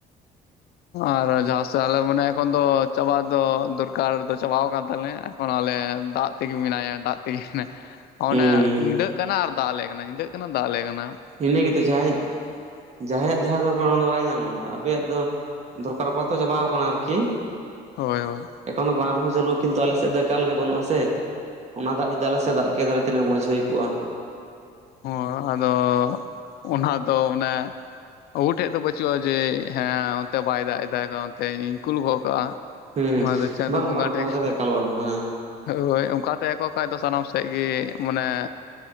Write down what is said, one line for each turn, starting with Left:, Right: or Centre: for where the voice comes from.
Left: ᱟᱨ ᱡᱟᱦᱟᱸᱥᱮᱫ ᱟᱞᱮ ᱢᱟᱱᱮ ᱮᱠᱷᱚᱱ ᱫᱚ ᱪᱟᱵᱟ ᱫᱚ ᱫᱚᱨᱠᱟᱨ ᱫᱚ ᱪᱟᱵᱟᱣ ᱟᱠᱟᱱ ᱛᱟᱞᱮ ᱾ ᱞᱮ ᱫᱟᱜ ᱛᱮ ᱜᱮ ᱢᱮᱱᱟᱭᱟ ᱫᱟᱜ, ᱴᱤᱠ ᱚᱱᱮ
Right: ᱦᱩᱸ
Left: ᱧᱤᱫᱟᱹᱜ ᱠᱟᱱᱟ ᱟᱨ ᱫᱟᱜ ᱟᱞᱮ ᱠᱟᱱᱟ ᱧᱤᱫᱟᱹᱜ ᱠᱟᱱᱟ ᱫᱟᱜ ᱟᱞᱮ ᱠᱟᱱᱟ ᱾
Right: ᱤᱱᱟᱹ ᱜᱮ ᱛᱚ ᱡᱟᱦᱟᱸᱟᱭ ᱡᱟᱦᱟᱸᱭᱟᱜ ᱡᱟᱦᱟᱸ ᱫᱚᱨᱠᱟᱨ ᱚᱱᱟ ᱫᱚ ᱵᱟᱭ ᱧᱟᱢ ᱮᱫᱟ ᱟᱯᱮᱭᱟᱜ ᱫᱚ, ᱫᱚᱨᱠᱟᱨ ᱟᱯᱟᱛᱚ ᱪᱟᱵᱟᱣ ᱟᱠᱟᱱᱟ ᱟᱨᱠᱤ ᱾
Left: ᱦᱳᱭ ᱦᱳᱭ,
Right: ᱮᱠᱷᱚᱱ ᱫᱚ ᱵᱟᱝ ᱨᱚᱦᱚᱭ ᱪᱟᱹᱞᱩᱜᱼᱟ ᱠᱤᱱᱛᱩ ᱟᱞᱮ ᱥᱮᱫ ᱫᱚ ᱮᱠᱟᱞ ᱜᱮ ᱵᱟᱹᱱᱩᱜ ᱟ ᱥᱮ᱾ ᱚᱱᱟ ᱫᱟᱜ ᱡᱩᱫᱤ ᱟᱞᱮ ᱥᱮᱫ ᱫᱟᱜ ᱠᱮᱭᱟᱭ ᱛᱤᱱᱟᱹᱜ ᱢᱚᱡᱽ ᱦᱳᱭ ᱠᱚᱜᱼᱟ᱾
Left: ᱦᱳᱭ, ᱟᱫᱚ ᱚᱱᱟ ᱫᱚ ᱚᱱᱮ ᱟᱵᱚ ᱴᱷᱮᱡ ᱫᱚ ᱵᱟᱹᱪᱩᱜᱼᱟ ᱡᱮ ᱦᱮᱸ ᱚᱱᱛᱮ ᱵᱟᱭ ᱫᱟᱜ ᱮᱫᱟᱭ ᱚᱱᱛᱮ ᱤᱧ ᱠᱩᱞ ᱜᱚᱫ ᱠᱟᱜᱼᱟ ᱾
Right: ᱦᱩᱸ
Left: ᱚᱱᱟ ᱫᱚ ᱪᱟᱸᱫᱳ
Right: ᱵᱟᱝ
Left: ᱵᱚᱸᱜᱟ
Right: ᱵᱟᱝ ᱟᱵᱚᱣᱟᱜ
Left: ᱴᱷᱮᱡ ᱠᱟᱱᱟ
Right: ᱫᱚ ᱮᱠᱟᱞ ᱵᱟᱹᱱᱩᱜᱼᱟ ᱦᱮᱸ
Left: ᱾ ᱦᱳᱭ, ᱚᱝᱠᱟ ᱛᱟᱦᱮᱸᱠᱚ ᱠᱷᱟᱱ ᱫᱚ ᱥᱟᱱᱟᱢ ᱥᱮᱫ ᱜᱮ ᱢᱟᱱᱮ